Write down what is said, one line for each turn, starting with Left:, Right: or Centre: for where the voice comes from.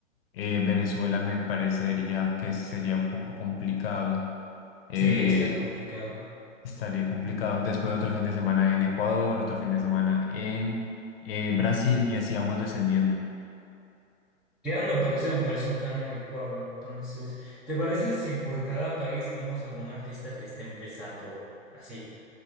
Left: Eh, Venezuela me parecería que sería un poco complicado. eh,
Centre: Sí, está complicado.
Left: Estaría complicado. Después otro fin de semana en Ecuador, otro fin de semana en eh, Brasil y así vamos descendiendo.
Centre: Ya me parece, me parece un plan adecuado. Entonces, ¿te parece si por cada país vemos algún artista que esté empezando así?